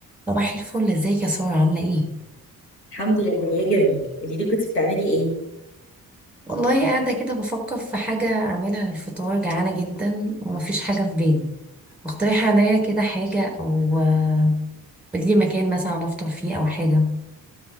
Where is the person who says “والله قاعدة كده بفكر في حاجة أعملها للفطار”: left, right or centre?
Centre